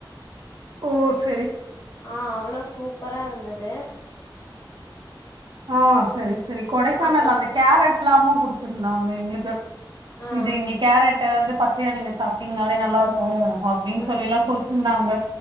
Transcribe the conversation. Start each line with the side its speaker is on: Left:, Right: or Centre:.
Right: ஓ செ
Left: ஆ அவ்ளோ சூப்பராருந்தது
Right: ஆ செரி செரி கொடைக்கானல்
Left: அப்புறம்
Right: அந்த கேரட்லாமு குடுத்துர்ந்தாங்க எங்ளுக்கு
Left: ஆ.
Right: இது இங்க கேரட் வந்து பச்சயா நீங்க சாப்ட்டீங்னாலே நல்லாருக் கு அப்டினு
Left: ம்.
Right: சொல்லிலா குடுத்துர்ந்தாங்க